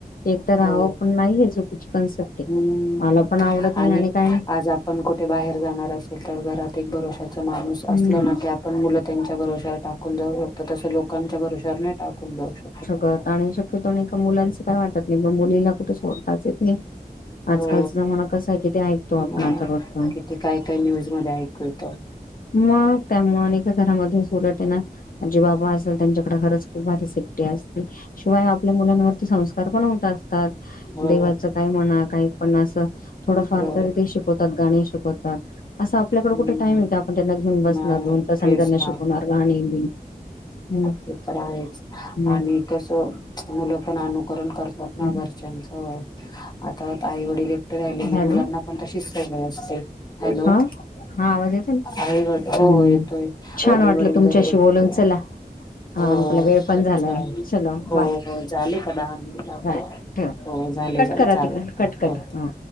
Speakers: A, on the left; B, on the left.
A: एक तर राहावं
B: हो
A: पण नाहीये चुकीची कन्सेप्ट
B: हम्म
A: आहे. मला पण आवडत नाही
B: आणि
A: काय
B: आ
A: नाही.
B: आज आपण कुठे बाहेर जाणार असेल तर घरात एक भरोश्याचा माणूस
A: हम्म.
B: असल ना की पण मुलं त्यांच्या भरवश्यावर टाकून जाऊ शकतो तसं लोकांच्या भरवश्यावर नाही टाकून जाऊ शकत.
A: हा शक आणि <unintelligible> पण एका मुलांचं काय वाटत नाही म मुलीला कुठे सोडताच येत नाही.
B: हो
A: आजकालचा जमाना कसा आहे की ते ऐकतो
B: मग
A: आपण आथ रजण
B: किती काय काय न्यूज मध्ये ऐकू येत.
A: मग त्यामुळे आणि घरामध्ये अस उलट येणार जे बाबा असेल त्यांच्याकडे खरंच त भारी सेफ्टी असते शिवाय आपल्या मुलांवरती संस्कार पण होत असतात.
B: हो
A: देवाचं काय म्हणा काय पण असं थोडंफार
B: हो
A: तरी ते शिकवतात गाणी शिकवतात असं आपल्याकडे
B: हम्म
A: कुठे टाईम आहे का तेना घेऊन बसणार
B: नाही
A: दोन तासने
B: तेच
A: त्यांना
B: ना
A: शिकवणार गाणी बिणी हम्म
B: ते तर आहेच
A: मग
B: आणि कस मुलं पण अनुकरण करतात. तेना
A: हम्म.
B: घरच्यांच आता आई वडील राहिली म
A: हॅलो
B: मुलांना पण तशीच सवय असते हॅलो.
A: हा हा आवाज येतो ना
B: आईवड हो
A: हम्म.
B: हो येतोय
A: छान
B: आईवडील
A: वाटलं तुमच्याशी
B: जर एकट
A: बोलून चला हा
B: हो
A: आपला वेळ पण
B: चालेल
A: झालाय चलो
B: हो
A: बाय.
B: हो झाले का दहा मिनट आपले.
A: बाय ठेवा
B: हो झाले
A: कट
B: झाले
A: करा
B: चालेल
A: तिकडन कट करा
B: हो.
A: हा.